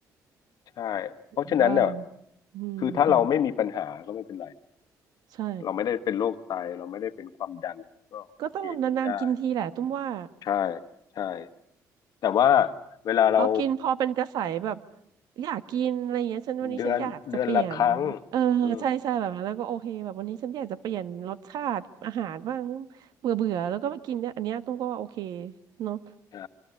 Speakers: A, on the left (about 65°); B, on the right (about 70°).
A: ใช่เพราะฉะนั้นเนี่ย
B: หรื่ว่าอืมค่ะ
A: คือถ้าเราไม่มีปัญหาก็ไม่เป็นไร
B: ใช่
A: เราไม่ได้เป็นโรคไตเราไม่ได้เป็นความดันก็โอเคกินได้
B: ก็ต้องนานๆกินทีแหละตุ้มว่า
A: ใช่ใช่แต่ว่าเวลาเรา
B: เอากินพอเป็นกระแสแบบอยากกินอะไรเงี้ยฉันวันนี้ฉันอยากจะเปลี่ยนเออใช่ใช่แบบนั้นแล้วก็โอเคแบบวันนี้ฉันอยากจะเปลี่ยนรสชาติอาหารบ้าง
A: เดือนเดือนละครั้งอืม
B: เบื่อเบื่อแล้วก็มากินเนี่ยอันเนี้ยตุ้มก็ว่าโอเคเนาะ
A: ใช่